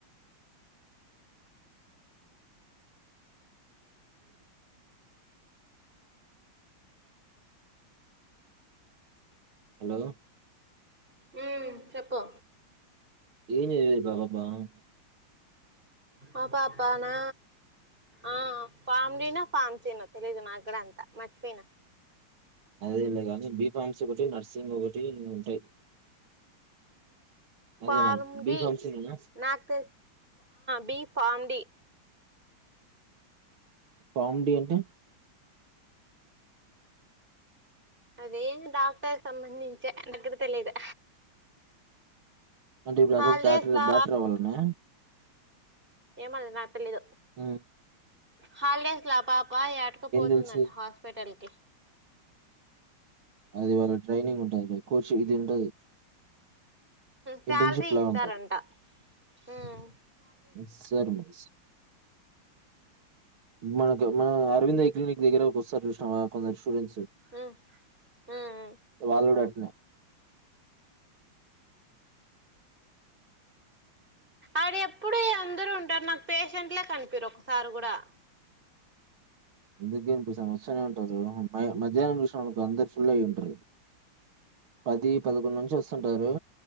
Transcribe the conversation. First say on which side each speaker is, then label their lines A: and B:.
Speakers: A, on the right (about 80°); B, on the right (about 25°).
A: హలో
B: ఉమ్మ్ చెప్పు
A: ఏం చేయాలో <unintelligible>
B: ఆ పాపానా ఆ పామ్ దీనో, పామ్ సినో తెలీదు నాగ్గూడ అంతా, మర్చిపోయినా.
A: అదేలే కాని బి ఫామ్స్ ఒకటి, నర్సింగ్ ఒకటి ఉంటాయి.
B: ఫామ్
A: అదేనా బి
B: డి,
A: ఫార్మసీ నేనా
B: నాకు B pharm D
A: pharm D అంటే
B: అది డాక్టర్ సంబంధించే, నాగ్గూడ తెలీదు.
A: అంటే ఇప్పుడు
B: హాలిడేస్
A: ట్యాట్ డాక్టర్
B: లా
A: డాక్టర్ అవ్వాలనా.
B: ఏమ అది నాక్ తెలిదు.
A: హ్మ్మ్
B: హాలిడేస్ లో ఆ పాప యాటకపోతుందంటా
A: తెలుసు
B: హాస్పిటల్ కి.
A: అది వాళ్ళ ట్రైనింగ్ ఉంటది లా కోచింగ్ ఇది ఉంటది.
B: శాలరీ
A: ఇంటర్న్షిప్ లా
B: ఇస్తారంటా
A: ఉంటది
B: హ్మ్మ్.
A: సర్మస్. మనకు మన అరవింద క్లినిక్ దగ్గర వస్తారు చూసినవా కొందరు స్టూడెంట్స్.
B: ఉమ్ ఉమ్
A: వాళ్ళు కూడా అట్నే.
B: అడా ఎప్పుడు అందరూ ఉంటారు నాకు పేషెంట్లే కనిపియరు ఒక్కసారి కూడా.
A: ఎందుకు గనిపిస్త వస్తనే ఉంటారు మ్య మధ్యాహ్నం చూసినవా అందరు ఫుల్ అయి ఉంటారు. పది పదుకొండు నుంచి వస్తుంటారు.